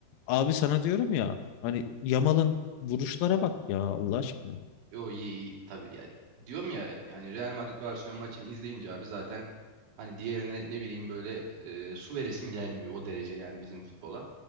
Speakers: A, on the left; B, on the right.
A: abi sana diyorum ya hani Yamal'ın vuruşlara bak ya Allah aşkına.
B: yo iyi iyi tabii ya. Diyorum ya yani Real Madrid Barcelona maçını izleyince abi zaten hani diğerine ne bileyim böyle e, su veresin gelmiyor o derece yani bizim futbola.